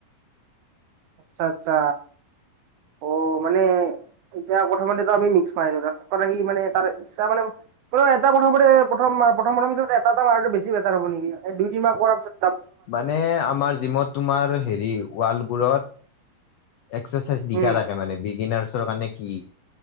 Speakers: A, on the right; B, on the left.
A: আচ্ছা- আচ্ছা অ', মানে এতিয়া প্ৰথমতেটো আমি মিক্স মাৰিলো তাৰপিছত আহি মানে তাৰ ইচ্ছা মানে এটা কথামানে প্ৰথম প্ৰথমৰ পিছ এটা মাৰাটো বেছি বেটাৰ হ'ব নেকি দুই তিনমাহ কৰাৰ পিছ
B: মানে আমাৰ জিমত তোমাৰ হেৰি ৱালবোৰত এক্সাৰচাইজ দীঘা
A: উম,
B: থাকে মানে বিগিনাৰছৰ কাৰণে কি।